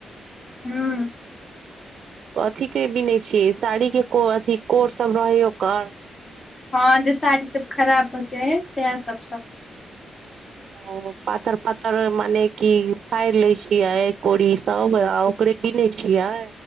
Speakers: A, on the left; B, on the right.
A: हूं।
B: कथि के बिनै छियइ साड़ी के को अथि कोर सब रहैय ओकर।
A: हँ जे साड़ी सब खराब भ जाय है सेहे सब, सब।
B: ओ पातर -पातर मने कि फाइड़ लै छियै कोड़ी सब, आ ओकरे बिनै छियै।